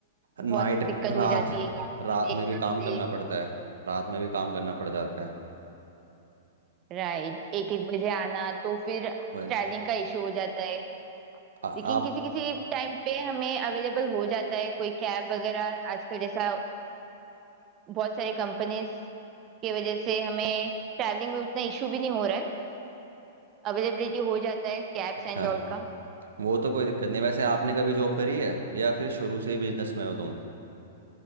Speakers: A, on the right; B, on the right.
A: नाइट
B: बहुत दिक्कत हो
A: रात
B: जाती है गाड़ी
A: रात
B: मिले
A: में
B: ना
A: भी काम
B: मिले
A: करना पड़ता है रात में भी काम करना पड़ जाता है
B: राइट एक एक बजे आना तो फिर ट्रैवलिंग
A: वही
B: का इशू हो जाता है
A: आ,
B: लेकिन
A: आप
B: किसी किसी टाइम पे हमें अवेलेबल हो जाता है कोई कैब वगैरह आजकल जैसा बहुत सारे कंपनीज की वजह से हमें ट्रैवलिंग में उतना इशू भी नहीं हो रहा है अवेलेबिलिटी हो जाता है कैब्स
A: अच्छा
B: एंड ऑल का
A: वो तो कोई दिक्कत नहीं वैसे आपने कभी जॉब करी है या फिर शुरू से ही बिजनेस में हो तुम